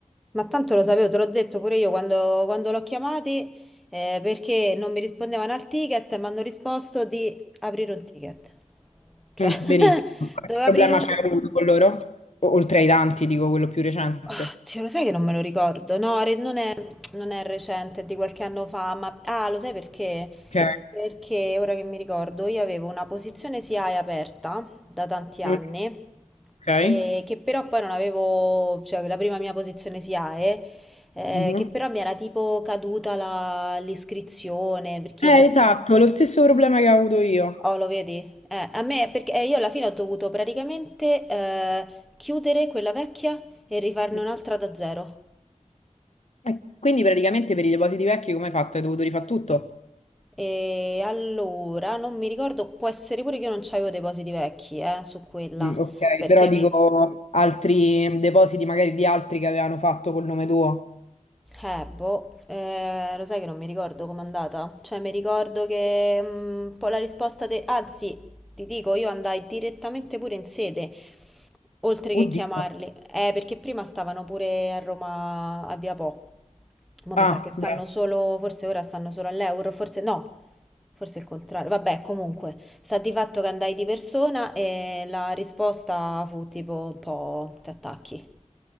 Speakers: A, in the centre; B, on the left.
A: ma tanto lo sapevo, te l'ho detto pure io quando, quando l'ho chiamati, eh, perché non mi rispondevano al ticket e mi hanno risposto di aprire un ticket. Cioè,
B: Mm,
A: <laughs>
B: benissimo. Qualche
A: dovevo
B: problema
A: aprire un...
B: c'è avuto con loro? O- oltre ai tanti, dico quello più recente.
A: Ah, Dio, lo sai che non me lo ricordo? No, re- non è, non è recente, è di qualche anno fa, ma... Ah, lo sai perché?
B: Ok.
A: Perché, ora che mi ricordo, io avevo una posizione SIAE aperta da tanti anni,
B: Mm, ok.
A: e che però poi non avevo... cioè la prima mia posizione SIAE, eh,
B: Mhm.
A: che però mi era tipo caduta la- l'iscrizione, perché
B: Eh,
A: io forse...
B: esatto, lo stesso problema che ho avuto io.
A: Oh, lo vedi? Eh, a me, perché eh, io alla fine ho dovuto praticamente eh, chiudere quella vecchia e rifarne
B: Mm.
A: un'altra da zero.
B: E quindi praticamente per i depositi vecchi come hai fatto? Hai dovuto rifare tutto?
A: E allora, non mi ricordo, può essere pure che io non c'avevo depositi vecchi, eh, su quella,
B: Mm, ok,
A: perché
B: però dico
A: mi,
B: altri depositi magari di altri che avevano fatto col nome tuo.
A: Eh, boh, eh, lo sai che non mi ricordo com'è andata? Cioè, mi ricordo che mm, un po' la risposta de... Anzi, ti dico, io andai direttamente pure in sede, oltre
B: Oddio.
A: che chiamarli. Eh, perché prima stavano pure a Roma a Via Po. Ma mi
B: Ah,
A: sa che stanno
B: beh.
A: solo, forse ora stanno solo all'Euro, forse no, forse il contrario. Vabbè, comunque, sta di fatto che andai di persona e la risposta fu tipo un po' ti attacchi.